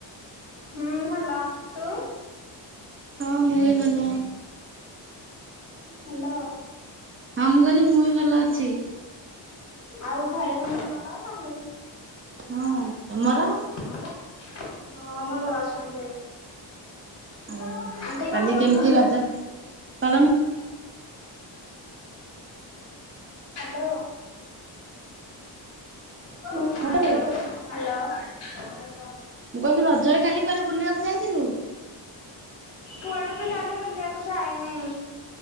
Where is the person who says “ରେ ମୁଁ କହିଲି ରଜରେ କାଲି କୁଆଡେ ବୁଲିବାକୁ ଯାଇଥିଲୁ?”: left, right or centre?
Right